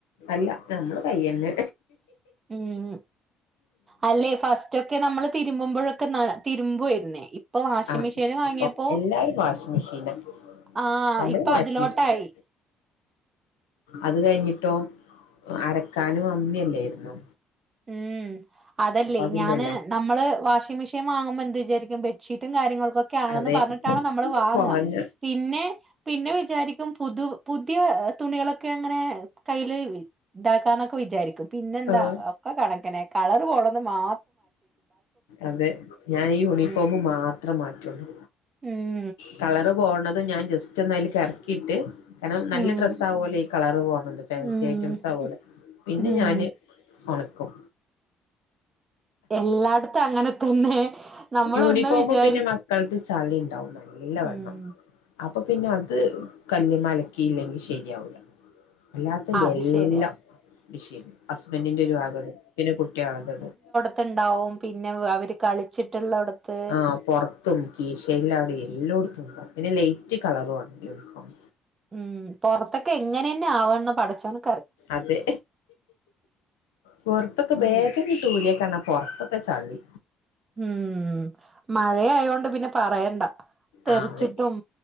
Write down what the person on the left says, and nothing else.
അല്ല ഞമ്മള് കയ്യന്നെ
ആഹ്
ഇപ്പം എല്ലാരും വാഷിംഗ് മെഷീനാ
നമ്മളും
വാഷിംഗ്
മെഷീനാ അത് കഴിഞ്ഞിട്ടോ അരക്കാനും അമ്മിയെല്ലേര്ന്നോ
അതില്ലല്ലോ
അതെ
വാങ്ങ
ആഹ്
അതെ ഞാൻ യൂണിഫോമ്
മാത്രം മാറ്റൊള്ളു
കളറ് പോണതും ഞാൻ ജസ്റ്റൊന്ന് അയ്ല് കറക്കീട്ട് കാരണം
നല്ല ഡ്രസ്സാവോലൊ ഈ കളറ് പോണത് ഫാൻസി
ഐറ്റംസാവോലൊ പിന്നെ
ഞാന് ഒണക്കും.
യൂണിഫോമും
പിന്നെ മക്കൾതും ചളിണ്ടാവും ന ല്ല
വണ്ണം അപ്പൊ പിന്നെ അത് കല്ല്മ്മെ അലക്കീല്ലെങ്കി ശെര്യാവൂല. അല്ലാത്തെ
എല്ലം
മെഷീന്ല് ഹസ്ബന്റിന്റെ ഒരു വകടും പിന്നെ കുട്ട്യാളത്‌ടും.
ആഹ് പൊറത്തും കീഷേലവടേം എല്ലോട്ത്തുംണ്ടാകും. പിന്നെ ലൈറ്റ് കളറും ആണ് യൂണിഫോമ്.
അതെ. പൊറത്തൊക്കെ ബാഗ്ങ്ങ
ട്ട് ഊര്യാക്കാണ പൊറത്തൊക്കെ ചളി.
ആഹ് അതെ.